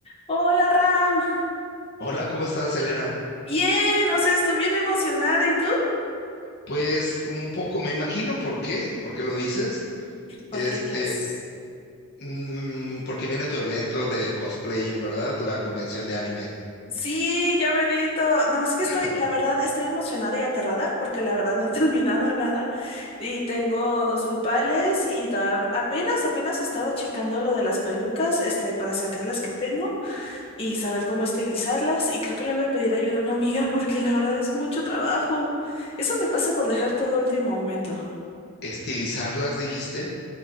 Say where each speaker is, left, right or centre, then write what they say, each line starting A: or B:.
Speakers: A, on the left (about 25°); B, on the left (about 50°).
A: Hola Ram,
B: Hola, ¿cómo estás, Elena?
A: bien, o sea, estoy bien emocionada. ¿Y tú?
B: Pues un poco, me imagino por qué, por qué lo dices.
A: ¿Por
B: Este,
A: qué crees?
B: mm, porque viene tu evento de cosplaying, ¿verdad? La convención de anime.
A: Sí, ya merito. No, es que
B: <laughs>
A: estoy, la verdad, estoy emocionada y aterrada porque la verdad no he <laughs> terminado nada y tengo dos grupales y ta- apenas, apenas estaba checando lo de las pelucas, este, para sacar las que tengo y saber cómo estilizarlas y creo que le voy a pedir ayuda a una amiga porque la verdad es mucho trabajo. Eso me pasa por dejar todo a último momento.
B: ¿Estilizarlas, dijiste?